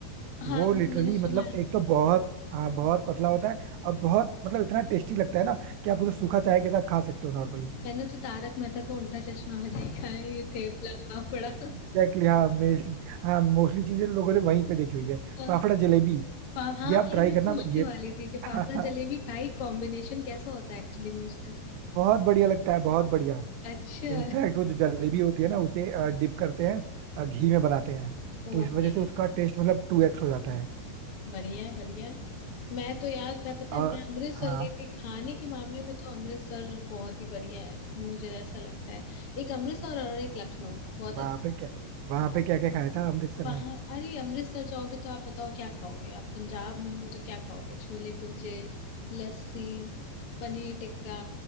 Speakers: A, on the left (about 45°); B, on the right (about 85°).
A: हाँ
B: वो
A: वो
B: लिटरली
A: मैंने सुना
B: मतलब
A: है
B: एक तो बहुत हाँ बहुत पतला होता है और बहुत मतलब इतना टेस्टी लगता है ना कि आप उसे सूखा चाय के साथ खा सकते हो नॉर्मली
A: मैंने तो तारक मेहता का उल्टा चश्मा में देखा है ये थेपला फाफड़ा
B: एग्जैक्टली <laughs> हाँ मेरी हाँ मोस्टली चीजें लोगों ने वहीं पे देखी हुई है
A: हाँ
B: फाफड़ा जलेबी
A: पा- हाँ,
B: ये आप
A: वही
B: ट्राई
A: मैं
B: करना
A: पूछने
B: ये
A: वाली थी कि फाफड़ा
B: <laughs>
A: जलेबी खाई कॉम्बिनेशन कैसा होता है एक्चुअली में उसका
B: बहुत बढ़िया लगता है बहुत बढ़िया
A: अच्छा
B: इनफैक्ट वो जो जलेबी होती है ना उसे डिप करते हैं अ, घी में बनाते हैं
A: ओके
B: तो इस वजह से उसका टेस्ट मतलब टू एक्स हो जाता है
A: बढ़िया है बढ़िया है मैं तो यार मैं पता
B: और
A: है मैं अमृतसर
B: हाँ
A: गई थी खाने के मामले में तो अमृतसर बहुत ही बढ़िया है मुझे ऐसा लगता है एक अमृतसर और एक लखनऊ बहुत
B: वहाँ पे क्या वहाँ पे क्या क्या खाया था अमृतसर
A: वहां
B: में
A: अरे अमृतसर जाओगे तो आप बताओ क्या खाओगे आप पंजाब में हो तो क्या खाओगे छोले कुलचे लस्सी पनीर टिक्का